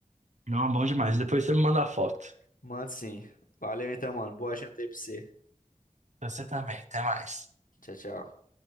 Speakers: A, on the right (about 60°); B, on the left (about 80°).
A: Não, bom demais. Depois você me manda a foto.
B: Mano, sim. Valeu então, mano. Boa janta aí pra você.
A: Você também, até mais.
B: Tchau, tchau.